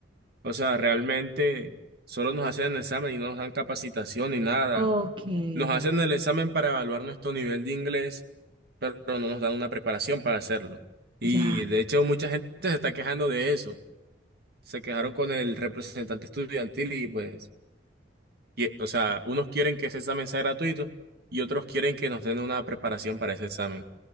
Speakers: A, on the right (about 60°); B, on the right (about 30°).
A: o sea, realmente solo nos hacen el examen y no nos dan capacitación ni nada.
B: Ok,
A: Nos hacen
B: ya,
A: el examen para evaluar nuestro nivel de inglés, pero no nos dan una preparación para hacerlo. Y
B: ya,
A: de hecho, mucha gente se está quejando de eso. Se quejaron con el representante estudiantil y pues, y- o sea, unos quieren que ese examen sea gratuito y otros quieren que nos den una preparación para ese examen.